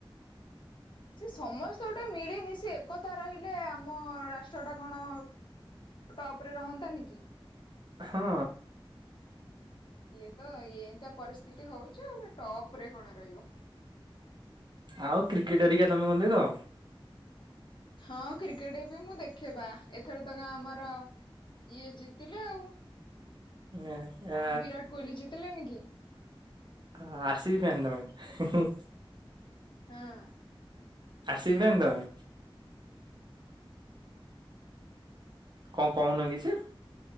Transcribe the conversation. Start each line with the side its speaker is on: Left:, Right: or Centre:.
Left: ସେ ସମସ୍ତେ ଗୋଟେ ମିଳିମିଶି ଏକତା ରହିଲେ ଆମ ରାଷ୍ଟ୍ର ଟା କଣ ଟପ ରେ ରହନ୍ତାନି କି?
Right: ହଁ।
Left: ଇଏ ତ ଏତିଆ ପରିସ୍ଥିତି ହଉଚି ଟପ ରେ କଣ ରହିବ?
Right: ଆଉ କ୍ରିକେଟ ହେରିକା ତମେ କଣ ଦେଇଦେବ।
Left: ହଁ କ୍ରିକେଟ ବି ମୁଁ ଦେଖେଇବା ଏଥର ତ ଆମର ଇଏ ଜିତିଲେ ଆଉ କଣ
Right: ଏ ଏ,
Left: ବିରାଟ କୋହଲି ଜିତିଲେନି କି?
Right: ହ ଆର ସି ବି ଫ୍ୟାନ୍ ତମେ?
Left: ହଁ।
Right: ଆରସିବି ଫ୍ୟାନ ତମେ? କଣ କହୁନ କିଛି?